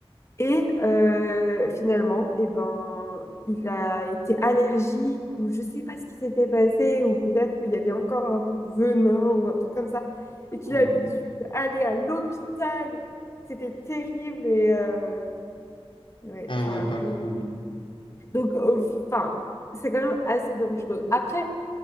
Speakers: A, on the left (about 30°); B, on the left (about 55°).
A: Et euh, finalement, eh ben, il a été allergique ou je sais pas ce qui s'était passé ou peut-être qu'il y avait encore un peu de venin ou un truc comme ça et qu'il
B: Oh.
A: avait dû aller à l'hôpital. C'était terrible et euh, ouais,
B: Ah
A: enfin
B: ouais, pas
A: ouais.
B: cool.
A: Donc au fi- enfin, c'est quand même assez dangereux. Après,